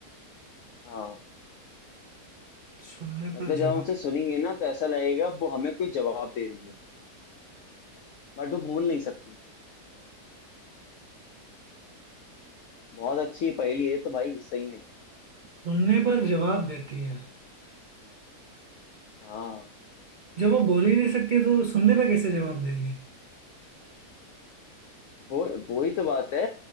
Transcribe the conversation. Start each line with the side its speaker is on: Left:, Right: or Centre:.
Left: हाँ
Right: सुनने
Left: मतलब
Right: पर
Left: जब
Right: जवाब
Left: हम उसे सुनेंगे ना तो ऐसा लगेगा वो हमें कोई जवाब दे रही है बट वो बोल नहीं सकती बहुत अच्छी पहेली है तो भाई सही में
Right: सुनने पर जवाब देती है
Left: हाँ
Right: जब वो बोल ही नहीं सकती तो सुनने पे कैसे जवाब देगी
Left: वो वो ही तो बात है